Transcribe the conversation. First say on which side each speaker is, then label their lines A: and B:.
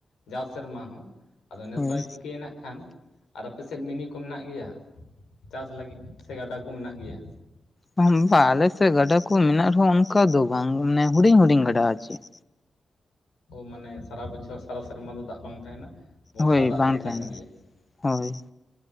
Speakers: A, on the left (about 85°); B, on the left (about 30°).
A: ᱡᱟᱣ ᱥᱮᱨᱢᱟ ᱦᱚᱸ ᱟᱫᱚ ᱱᱮᱥᱚᱭ
B: ᱦᱳᱭ
A: ᱪᱤᱠᱟᱹᱭᱮᱱᱟ ᱦᱟᱸᱜ ᱠᱷᱟᱱ᱾ ᱟᱨ ᱟᱯᱮᱥᱮᱫ ᱢᱤᱱᱤ ᱠᱚ ᱢᱮᱱᱟᱜ ᱜᱮᱭᱟ ᱪᱟᱥ ᱞᱟᱹᱜᱤᱫ ᱥᱮ ᱜᱟᱰᱟ ᱠᱚ ᱢᱮᱱᱟᱜ ᱜᱮᱭᱟ᱾
B: ᱵᱟᱝ ᱟᱞᱮᱥᱮᱫ ᱜᱟᱰᱟ ᱠᱚ ᱢᱮᱱᱟᱜ ᱨᱮᱦᱚᱸ ᱚᱱᱠᱟ ᱫᱚ ᱵᱟᱝ ᱢᱟᱱᱮ ᱦᱩᱰᱤᱧ ᱦᱩᱰᱤᱧ ᱜᱟᱰᱟ ᱟᱨ ᱪᱮᱫ᱾
A: ᱢᱟᱱᱮ ᱥᱟᱨᱟ ᱵᱚᱪᱷᱚᱨ ᱥᱟᱨᱟ ᱥᱮᱨᱢᱟ ᱫᱚ ᱫᱟᱜ ᱵᱟᱝ ᱛᱟᱦᱮᱸᱱᱟ᱾ ᱵᱚᱨᱥᱟ
B: ᱦᱳᱭ
A: ᱫᱟᱜ
B: ᱵᱟᱝ
A: ᱨᱮᱜᱮ
B: ᱛᱟᱦᱮᱱᱟ
A: ᱛᱟᱦᱮᱱ ᱜᱮᱭᱟ
B: ᱦᱳᱭ
A: ᱦᱮᱸ᱾